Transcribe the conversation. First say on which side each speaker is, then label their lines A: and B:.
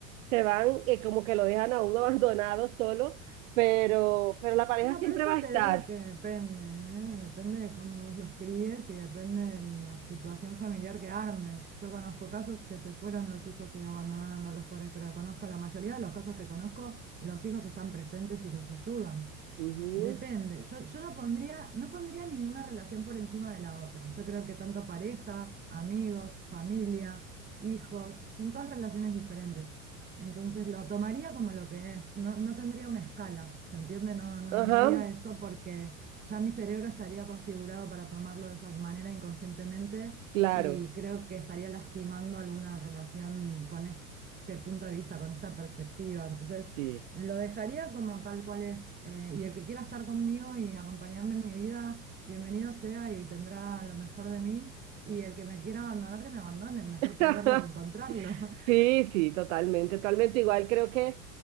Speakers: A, on the right; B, on the right.
A: se van, eh, como que lo dejan a uno <laughs> abandonado solo, pero, pero la pareja
B: No,
A: siempre
B: pero eso
A: va a
B: te
A: estar.
B: digo que depende, ¿eh? Depende de cómo vos los críes y depende de la situación familiar que armes. Yo conozco casos que se fueron los hijos y abandonaron a los padres, pero conozco la mayoría de los casos que conozco, los hijos están presentes y los ayudan.
A: Ujú.
B: Depende. Yo, yo no pondría, no pondría ninguna relación por encima de la otra. Yo creo que tanto pareja, amigos, familia, hijos, son todas relaciones diferentes. Entonces lo tomaría como lo que es. No, no tendría una escala, ¿se entiende? No, no,
A: Ajá,
B: no haría eso porque ya mi cerebro estaría configurado para tomarlo de esa manera inconscientemente
A: claro,
B: y creo que estaría lastimando alguna relación con este punto de vista, con esta perspectiva. Entonces...
A: sí.
B: Lo dejaría como tal cual es. eh, y el que quiera estar conmigo y acompañarme en mi vida, bienvenido sea y tendrá lo mejor de mí. Y el que me quiera abandonar, que me abandone. Mejor
A: <laughs>
B: perderlo que encontrarlo. <laughs>
A: Sí, sí, totalmente, totalmente. Igual creo que